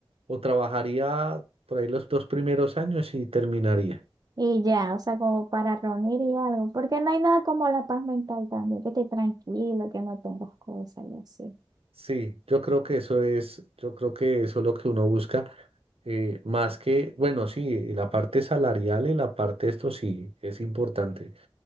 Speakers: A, on the right; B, on the right.
A: o trabajaría por ahí los dos primeros años y terminaría.
B: Y ya, o sea, como para reunir y algo, porque no hay nada como la paz mental también, que estés tranquilo, que no tengas cosas y así.
A: Sí, yo creo que eso es, yo creo que eso es lo que uno busca, eh, más que, bueno, sí, y la parte salarial y la parte esto sí es importante.